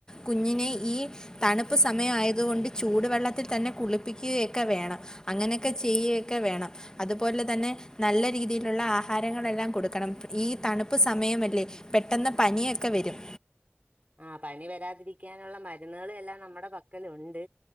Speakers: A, on the left (about 15°); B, on the right (about 35°).
A: കുഞ്ഞിനെ ഈ തണുപ്പ് സമയവായത് കൊണ്ട് ചൂടു വെള്ളത്തിൽ തന്നെ കുളിപ്പിക്കുകയെ ക്കെ വേണം അങ്ങനെയെക്കെ ചെയ്യേക്കെ വേണം അതുപോലെ തന്നെ നല്ല രീതിയിലുള്ള ആഹാരങ്ങളെല്ലാം കൊടുക്കണം ഈ തണുപ്പ് സമയമല്ലേ പെട്ടെന്ന് പനിയൊക്കെ വരും
B: ആഹ് പനി വരാതിരിക്കാനുള്ള മരുന്നുകള് എല്ലാം നമ്മടെ പക്കലൊണ്ട്